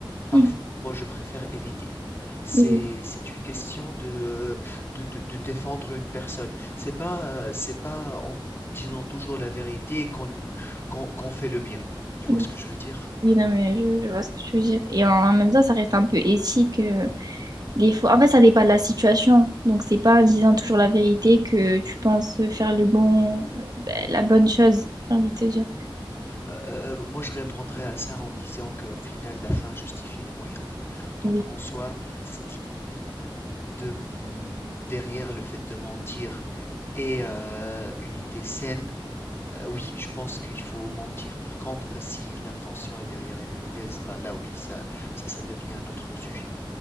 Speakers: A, on the left (about 30°); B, on the right (about 50°).
A: Parfois,
B: Mhm.
A: je préfère éviter. C'est
B: Oui,
A: c'est une question de de de de défendre une personne. C'est pas, heu, c'est pas en disant toujours la vérité qu'on qu'on qu'on fait le bien. Tu
B: oui,
A: vois ce que je veux dire?
B: oui, non, mais je, je vois ce que tu veux dire. Et en, en même temps, ça reste un peu éthique. euh, Des fois, en fait, ça dépend de la situation. Donc, c'est pas en disant toujours la vérité que tu penses faire le bon, euh, ben, la bonne chose, j'ai envie de te dire.
A: Heu heu moi, je répondrais à ça en disant qu'au final, la fin justifie les moyens. Donc
B: Oui.
A: en soi, c'est l'idée de, mmh, derrière le fait de mentir et heu, une idée saine Heu, oui, je pense qu'il faut mentir. Par contre, heu, si l'intention est derrière est mauvaise, bah là oui, ça ça ça devient un autre sujet.